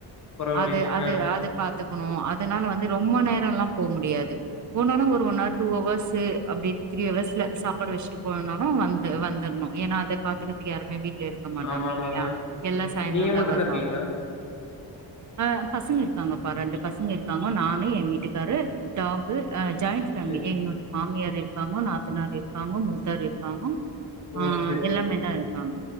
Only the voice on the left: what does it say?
பரவாயில்லைங்க.
ஆ.
ஆமாமாங்க.
நீங்க மட்டும்
தான் இருக்கீங்களா?
சரி.
ஓ!
சரி, சரிங்க.